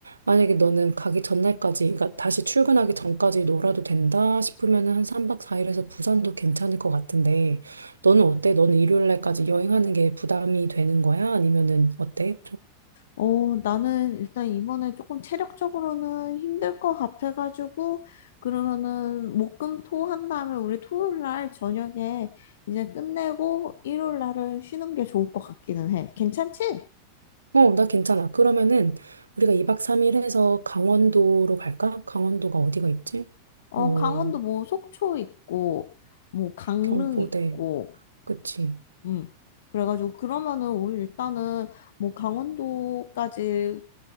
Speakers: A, on the right; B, on the left.
A: 만약에 너는 가기 전날까지 그러니까 다시 출근하기 전까지 놀아도 된다 싶으면은 한 3박 4일에서 부산도 괜찮을 것 같은데 너는 어때? 너는 일요일날까지 여행하는 게 부담이 되는 거야? 아니면은 어때?
B: 어, 나는 일단 이번에 조금 체력적으로는 힘들 것 같아가지고, 그러면은 목금토 한 다음에 우리 토요일 날 저녁에 이제 끝내고 일요일 날을 쉬는 게 좋을 것 같기는 해. 괜찮지?
A: 어, 나 괜찮아. 그러면은 우리가 2박 3일 해서 강원도로 갈까? 강원도가 어디가 있지?
B: 어,
A: 어,
B: 강원도 뭐 속초 있고, 뭐 강릉
A: 경포대.
B: 있고,
A: 그치.
B: 음. 그래가지고 그러면은 우리 일단은 뭐 강원도까지